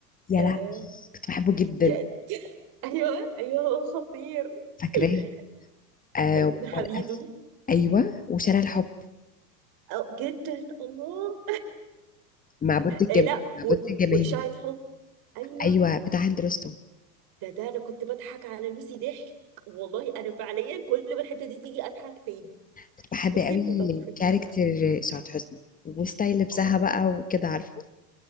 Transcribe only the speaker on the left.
يا
لهوي كنت بحبه جدا
فاكراه
آه
والقفل ايوه وشارع الحب
معبود الجم
معبود
الجماهير
ايوه بتاع هند رستم
كنت بحب
قوي
كاركتر
سعاد حسني وستايل لبسها
بقى وكده عارفة